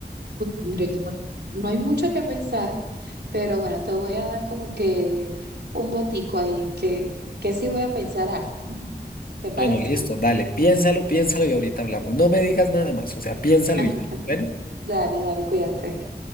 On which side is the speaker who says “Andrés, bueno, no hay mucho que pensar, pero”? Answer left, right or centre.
Right